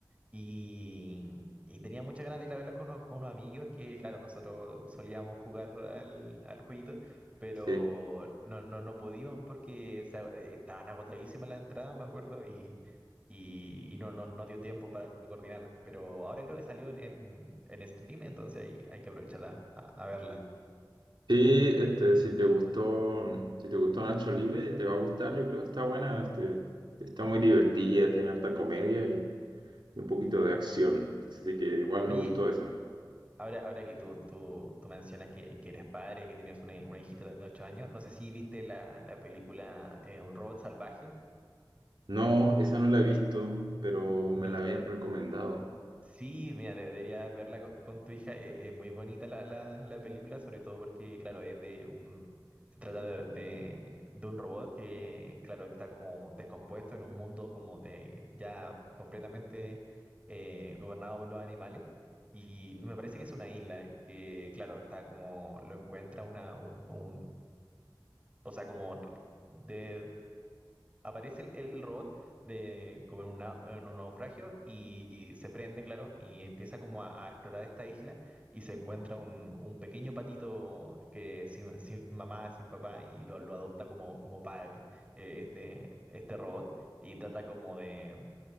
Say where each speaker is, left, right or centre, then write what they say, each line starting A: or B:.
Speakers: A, on the right (about 15°); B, on the right (about 75°).
A: y, y tenía muchas ganas de ir a verla con, unos- con unos amigos que, claro, nosotros solíamos jugar al, al jueguito, pero
B: Sí.
A: no, no, no pudimos porque se- eh, estaban agotadísimas las entradas, me acuerdo, y, y, y no, no, no dio tiempo para coordinar. Pero ahora creo que salió en, en, en stream, entonces ahí hay que aprovechar a a- a verla.
B: Sí, este, si te gustó, si te gustó Nacho Libre, te va a gustar, yo creo, está buena, este, está muy divertida, tiene harta comedia y, y un poquito de acción, así que igual
A: Oye,
B: me gustó esa.
A: Ahora, ahora que tú, tú, tú mencionas que, que eres padre, que tienes una, una hijita de 8 años, no sé si viste la, la película eh, Un robot salvaje.
B: No, esa no la he visto, pero
A: Mi,
B: me la habían recomendado.
A: Sí, mira, de- deberías verla con, con tu hija. e- Es, muy bonita la, la, la película, sobre todo porque, claro, es de un... Se trata de, de, de un robot que, claro, está como descompuesto en un mundo como de ya completamente eh, gobernado por los animales. Y me parece que es una isla y que, claro, está como... Lo encuentra una, un, un- O sea, como de, aparece el, el- el robot de, como en, un en un naufragio y, y se prende, claro, y empieza como a, a explorar esta isla y se encuentra un, un pequeño patito que sin, sin mamá, sin papá y lo, lo adopta como, como padre, eh, este, este robot, y trata como de,